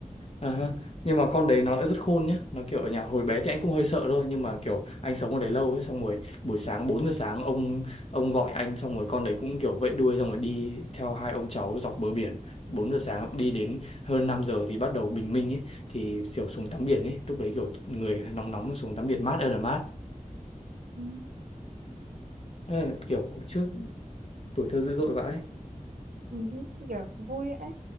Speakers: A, on the left; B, on the right.
A: À, ha. nhưng mà con đấy nó lại rất khôn nhá nó kiểu ở nhà hồi bé thì anh cũng hơi sợ thôi nhưng mà kiểu anh sống ở đấy lâu ấy xong rồi buổi sáng 4 giờ sáng ông ông gọi anh xong rồi con đấy cũng kiểu vẫy đuôi xong rồi đi theo hai ông cháu dọc bờ biển 4 giờ sáng đi đến hơn 5 giờ thì bắt đầu bình minh ấy thì kiểu xuống tắm biển ấy lúc đấy kiểu người nóng nóng xuống tắm biển mát ơi là mát
B: Ừm.
A: Ê, kiểu hồi trước tuổi thơ dữ dội vãi
B: Ừ, kìa, vui ấy,